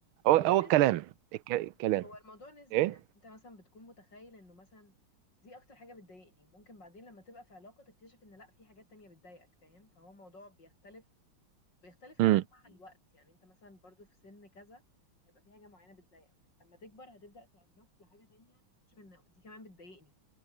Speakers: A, on the right (about 80°); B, on the left (about 55°).
A: هو
B: هو
A: هو
B: نسبي
A: الكلام الك- الكلام
B: هو الموضوع نسبي
A: ايه
B: يعني انت مثلا بتكون متخيل انه مثلا دي اكتر حاجة بتضايقني ممكن بعدين لما تبقى في علاقة تكتشف ان لا في حاجات تانية بتضايقك فاهم فهو موضوع بيختلف بيختلف كمان
A: امم
B: مع الوقت يعني انت مثلا برضو في سن كذا هيبقى في حاجة معينة بتضايقك لما تكبر هتبدأ تنق لحاجة تانية تكتشف ان دي كمان بتضايقني